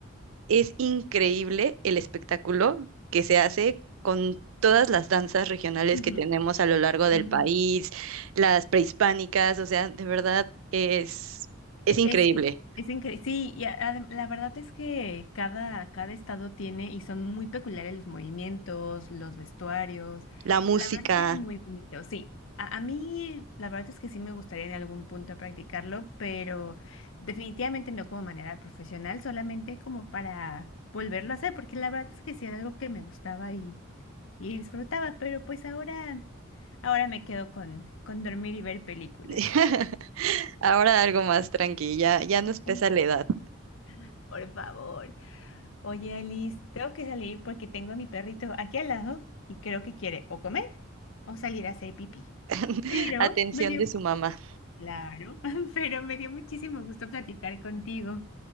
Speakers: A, on the right; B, on the left.
A: Es increíble el espectáculo que se hace con todas las danzas regionales
B: ujú,
A: que tenemos a lo largo del
B: ujú.
A: país, las prehispánicas, o sea, de verdad es, es
B: E-
A: increíble.
B: Es, es increíble. Sí, y a- adem- la verdad es que cada, cada estado tiene y son muy peculiares los movimientos, los vestuarios.
A: La música.
B: La verdad que es muy bonito. Sí, a, a mí la verdad es que sí me gustaría en algún punto practicarlo, pero definitivamente no como manera profesional, solamente como para volverlo a hacer, porque la verdad es que sí era algo que me gustaba y, y disfrutaba, pero pues ahora, ahora me quedo con, con dormir y ver películas.
A: <laughs> Ahora algo más tranquila, ya nos pesa
B: Ay,
A: la edad.
B: sí, por favor. Oye, Alice, tengo que salir porque tengo a mi perrito aquí al lado y creo que quiere o comer o salir a hacer pipí.
A: <laughs>
B: Pero
A: Atención
B: me dio,
A: de su mamá.
B: claro, <laughs> pero me dio muchísimo gusto platicar contigo.